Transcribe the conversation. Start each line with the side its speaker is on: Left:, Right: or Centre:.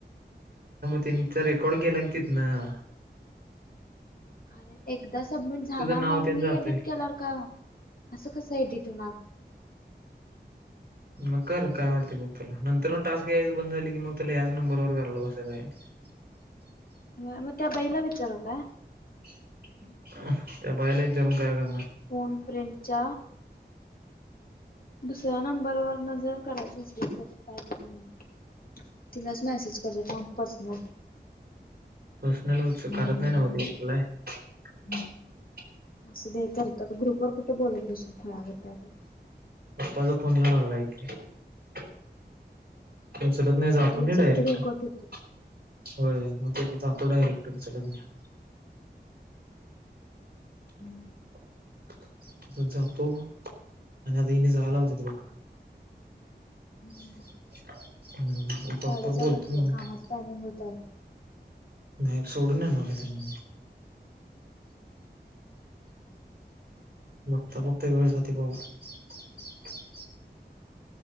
Right: त्यांनचा रेकॉर्ड केेला के त ना <inaudible>
Left: अरे एकदा सबमिट झाला
Right: नाव
Left: मग
Right: तेन
Left: मी
Right: जातंय.
Left: एडिट केला का असं कसं एडिट होणार.
Right: मग कर काय वाटते मग त्याला नंतर टास्क यायचं बंद झाली की मग त्याला ह्याच नंबरवर करायला बसायचं आहे. <inaudible>
Left: म म त्या बाईला विचारू का.
Right: <inaudible> ह त्या बायलाही जाऊून काय ग
Left: फोन प्रिंटच्या दुसऱ्या नंबरवरर न जर करायचं असेल तर काय करू <inaudible> तिलाच मेसेज करते थांब पर्सनल <inaudible>
Right: <unintelligible>
Left: असं दे करतो ग्रुपवर कुठं बोलत बसू खुळ्यागत काय माहीत
Right: पप्पाचा फोन यायला लागला कडेे उचलत नाही जातो
Left: आता उचलला
Right: मी डायरेक्ट
Left: तरी कट
Right: होय मग त्या जातो डायरेक्ट उचलत नाही. <inaudible> अस जातो आणि आताने जायला होत त बघ
Left: होतोय
Right: <inaudible> ‌ <inaudible> हम्म उपर
Left: साडेचार
Right: उपर बोलते
Left: वाजले
Right: मग
Left: कामाच टायमिंग होत आला.
Right: नाही सोडून नणार त्यांना म बघता बघता वेळ जातो कसा